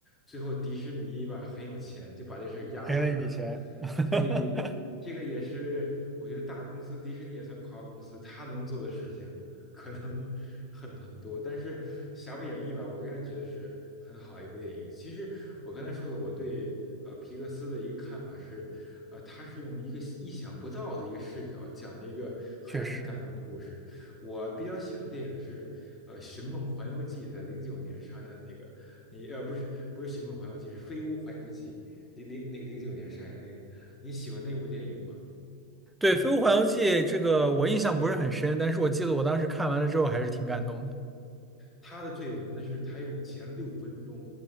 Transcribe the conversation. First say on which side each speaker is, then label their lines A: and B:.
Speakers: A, on the left; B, in the centre.
A: 最后迪士尼吧很有钱，就把这事儿压下来了，
B: 赔了一笔钱，<laughs>
A: 所以这个也是我觉得大公司迪士尼也算跨国公司，它能做的事情可能很很多，但是瑕不掩瑜吧，我仍然觉得是很好一部电影。其实我刚才说了，我对呃皮克斯的一个看法是，呃，他是用一个意想不到的一个视角讲了一个很让你感动的故事。
B: 确实，
A: 我比较喜欢电影是，呃，《寻梦环游记》在零九年上映的那个，你呃不是不是《寻梦环游记》，是《飞屋环游记》，零零那个零九年上映的那个，你喜欢那部电影吗？
B: 对《飞屋环游记》这个我印象不是很深，但是我记得我当时看完了之后还是挺感动的。
A: 他的最有名的是他用前六分钟